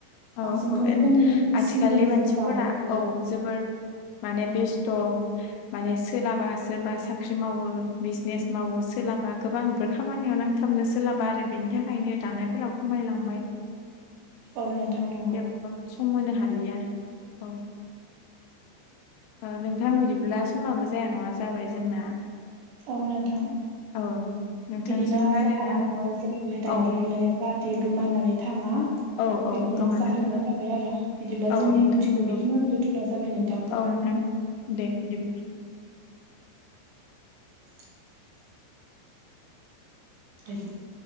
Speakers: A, on the right (about 75°); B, on the left (about 80°).
A: बांसिनखौनो
B: औ औ
A: जों मेचिनजोंसो
B: आथिखालनि मानसिफोरा
A: दानाय नुयो
B: औ
A: आरो
B: जोबोर माने बेस्थ' माने सोलाबा सोरबा साख्रि मावो बिजनेस मावो सोलाबा गोबां खामानियाव नांथाबनो सोलाबा आरो बेनि थाखायनो दानायफोराव खमायलांबाय
A: औ नोंथां नं
B: <unintelligible> सम होनो हालिया औ ओ नोंथां बिदिब्ला समाबो जाया नङा जाबाय जोंना
A: औ नोंथां
B: औ नोंथांजों
A: बिदिनो आसा
B: रायलायना
A: खालामो जोंनि दानाय
B: औ
A: लुनाया जाहाथे गोमानानै थाङा
B: औ औ
A: बेखौनो
B: गोमाना
A: आसा खालामनाय
B: थाङा
A: थाबाय आरो बिदिब्ला
B: औ
A: जोंनि
B: नोंथां
A: बुंथिखौ
B: नंगौ
A: बिखिनियाव दोनथ'नाय जाबाय नोंथां
B: औ नोंथां दे बिदिब्ला
A: <unintelligible> <unintelligible>